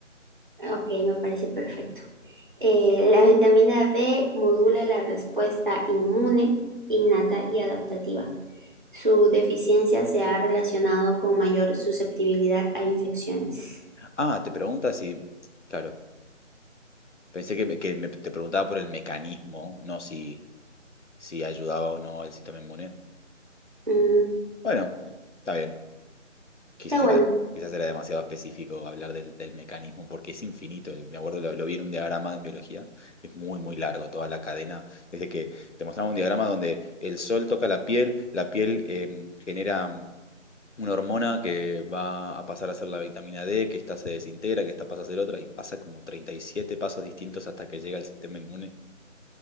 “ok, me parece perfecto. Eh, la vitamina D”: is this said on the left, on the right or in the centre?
Right